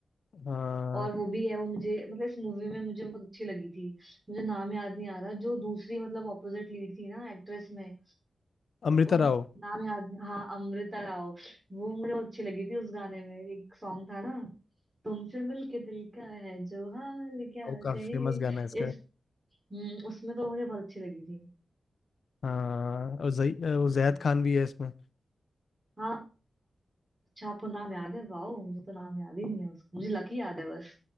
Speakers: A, on the left; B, on the right.
A: हाँ,
B: और वो भी है वो मुझे मतलब इस मूवी में मुझे बहुत अच्छी लगी थी मुझे नाम याद नहीं आ रहा जो दूसरी मतलब ऑपोजिट लीड थी ना एक्ट्रेस में
A: अमृता
B: वो
A: राव
B: नाम याद नहीं- हाँ अमृता राव वो मुझे बहुत अच्छी लगी थी उस गाने में एक सॉन्ग था ना तुमसे मिलके दिल का है जो हाल क्या
A: और काफी
B: कहे
A: फेमस गाना है इसका
B: इस हम्म, उसमें तो मुझे बहुत अच्छी लगी थी
A: हाँ और जही
B: हम्म।
A: वो जैद खान भी है इसमें
B: हाँ अच्छा आपको नाम याद है वाओ मुझे तो नाम याद ही नहीं है उसका मुझे लकी याद है बस